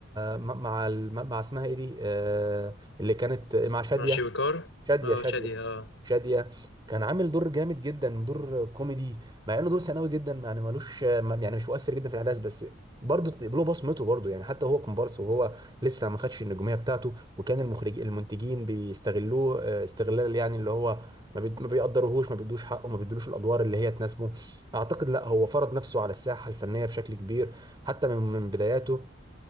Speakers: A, on the right; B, on the left.
A: مع مع مع اسمها ايه دي آه، اللي كانت مع شاديه
B: مع شويكار
A: شادية
B: اه
A: شادية
B: شادي اه
A: شادية كان عامل دور جامد جدا دور كوميدي مع انه دور ثانوي جدا يعني ملوش يعني مش مؤثر جدا في الاحداث بس برضه له بصمته برضه يعني حتى هو كومبارس وهو لسه ما خدش النجوميه بتاعته وكان المخرج المنتجين بيستغلوه آه، استغلال يعني اللي هو ما بي- ما بيقدروهوش ما بيدوش حقه ما بيدوش الادوار اللي هي تناسبه اعتقد لا هو فرض نفسه على الساحه الفنيه بشكل كبير حتى من من بداياته